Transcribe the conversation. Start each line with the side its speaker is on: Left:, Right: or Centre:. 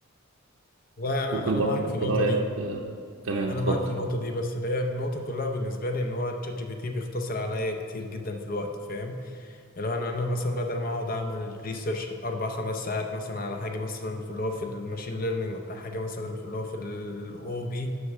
Left: والله انا
Right: ممكن
Left: انا
Right: برضو
Left: معاك
Right: أخد
Left: في النقطه
Right: رأيك
Left: دي
Right: آه، تمام
Left: انا
Right: اتفضل
Left: معاك في النقطه دي بس اللي هي النقطه كلها بالنسبه لي ان هو تشات جي بي تي بيختصر عليا كتير جدا في الوقت فاهم لو انا انا مثلا بدل ما اقعد اعمل ريسيرش اربع خمس ساعات مثلا على حاجه مثلا في اللي هو في الماشين ليرنينج ولا حاجه مثلا في اللي هو في الاو بي